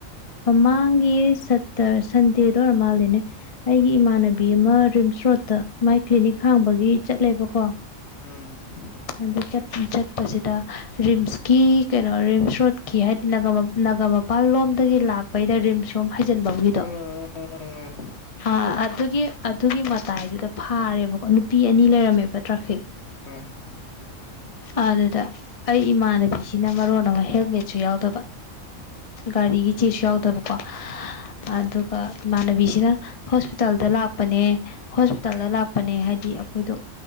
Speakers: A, on the left; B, on the left.
A: ꯃꯃꯥꯡꯒꯤ ꯁꯠꯇꯔ ꯁꯟꯗꯦꯗ ꯑꯣꯏꯔ ꯃꯥꯜꯂꯤꯅꯦ ꯑꯩꯒꯤ ꯏꯃꯥꯟꯅꯕꯤ ꯕꯤ ꯑꯃ ꯔꯤꯝꯁ ꯔꯣꯗꯠꯇ ꯃꯥꯏ ꯀ꯭ꯂꯤꯅꯤꯛ ꯍꯥꯡꯕꯒꯤ ꯆꯠꯂꯦꯕꯀꯣ
B: ꯎꯝ
A: ꯑꯗꯨ ꯆꯠꯄꯁꯤꯗ ꯔꯤꯝꯁꯀꯤ ꯀꯩꯅꯣ ꯔꯤꯝꯁ ꯔꯣꯠꯈꯤ ꯍꯥꯏꯗꯤꯅꯒꯃꯄꯥꯜ ꯂꯣꯝꯗꯒꯤ ꯂꯥꯛꯄ ꯄꯩꯗ ꯔꯤꯝꯁ ꯔꯣꯝ ꯍꯩꯖꯤꯟꯐꯝꯒꯤꯗꯣ
B: ꯎꯝ ꯎꯝ
A: ꯑ ꯑꯗꯨꯒꯤ ꯑꯗꯨꯒꯤ ꯃꯇꯥꯏꯗꯨꯗ ꯐꯥꯔꯦꯕꯀꯣ ꯅꯨꯄꯤ
B: ꯎꯝ
A: ꯑꯅꯤ ꯂꯩꯔꯝꯃꯦꯕ ꯇ꯭ꯔꯥꯐꯤꯛ
B: ꯎꯝ
A: ꯑꯗꯨꯗ ꯑꯩ ꯏꯃꯥꯟꯅꯕꯤꯁꯤꯅ ꯃꯔꯣꯟ ꯑꯃ ꯍꯦꯜꯃꯦꯠꯁꯨ ꯌꯥꯎꯗꯕ ꯒꯥꯔꯤꯒꯤ ꯆꯦꯁꯨ ꯌꯥꯎ ꯇꯕꯀꯣ ꯑꯗꯨꯒ ꯏꯃꯥꯟꯅꯕꯤꯁꯤꯅ ꯍꯣꯁꯄꯤꯇꯥꯜꯗ ꯂꯥꯛꯄꯅꯦ ꯍꯣꯁꯄꯤꯇꯥꯜꯗ ꯂꯥꯛꯄꯅꯦ ꯍꯥꯏꯗꯤ ꯑꯩꯈꯣꯏꯗꯣ